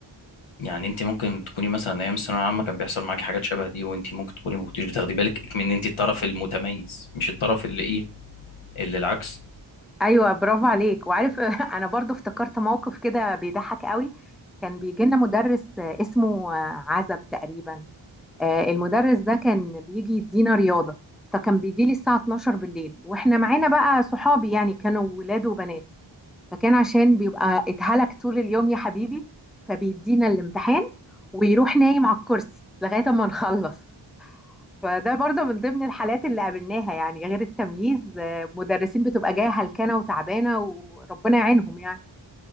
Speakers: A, on the left; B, in the centre.
A: يعني انت ممكن تكوني مثلا ايام الثانويه العامه كان بيحصل معاكي حاجات شبه دي وانت ممكن تكوني ما كنتيش بتاخدي بالك من ان انت الطرف المتميز مش الطرف اللي ايه اللي العكس
B: أيوة برافو عليك وعارف <laughs> أنا برضو افتكرت موقف كده بيضحك قوي كان بيجي لنا مدرس آه، اسمه آه، عزب تقريبا آه، المدرس ده كان بيجي يدينا رياضة فكان بيجي لي الساعة 12 بالليل واحنا معانا بقى صحابي يعني كانوا ولاد وبنات فكان عشان بيبقى اتهلك طول اليوم يا حبيبي فبيدينا الامتحان ويروح نايم على الكرسي لغاية ما نخلص فده برضه من ضمن الحالات اللي قابلناها يعني غير التمييز آه، مدرسين بتبقى جاية هلكانة وتعبانة وربنا يعينهم يعني